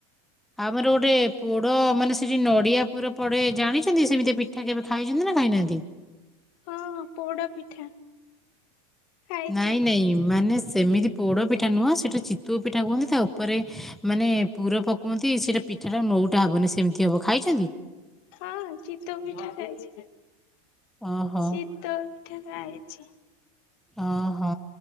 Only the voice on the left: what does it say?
ହଁ ପୋଡ ପିଠା। ଖାଇଛି।
ହଁ ଚିତଉ ପିଠା ଖାଇଛି
ଚିତଉ ପି ପିଠା ଖାଇଛି।